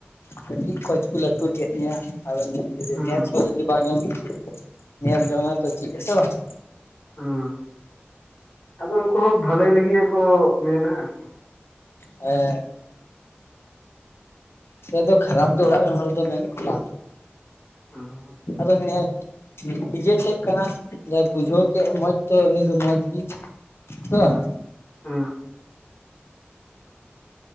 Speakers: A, on the left (about 80°); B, on the left (about 55°).
A: ᱠᱟᱹᱴᱤᱡ ᱠᱷᱚᱡ ᱠᱚ ᱞᱟᱹᱴᱩ ᱠᱮᱫ ᱢᱮᱭᱟ ᱟᱫᱚ ᱱᱤᱛ <unintelligible>
B: ᱦᱩᱸ
A: ᱦᱚᱸ ᱡᱩᱫᱤ ᱵᱟᱝ ᱮᱢ ᱧᱮᱞ ᱡᱚᱝᱟ ᱛᱚ ᱪᱤᱫ ᱟᱥᱮ ᱵᱟᱝ?
B: ᱦᱩᱸ, ᱟᱫᱚ ᱩᱱᱠᱩ ᱦᱚᱸ ᱵᱷᱟᱹᱞᱟᱹᱭ ᱞᱟᱹᱜᱤᱫ ᱜᱮᱠᱚ ᱢᱮᱱᱟ ᱟᱨᱠᱤ ᱾
A: ᱦᱮ ᱯᱮᱫᱚ ᱠᱷᱟᱨᱟᱯ ᱫᱚ ᱚᱲᱟᱜ ᱨᱮᱱ ᱦᱚᱲ ᱫᱚ ᱢᱮᱱᱟ <unintelligible>
B: ᱦᱩᱸ
A: ᱟᱫᱚᱱᱮ ᱱᱤᱡᱮᱴᱷᱮᱡ ᱠᱟᱱᱟ ᱡᱟᱭ ᱵᱩᱡᱷᱟᱹᱣ ᱠᱮᱫ ᱢᱚᱸᱡᱽ ᱛᱚ ᱩᱱᱤ ᱫᱚ ᱢᱚᱸᱡᱽ ᱜᱤ ᱾ ᱦᱮᱸᱥᱮ ᱵᱟᱝ?
B: ᱦᱩᱸ ᱦᱩᱸ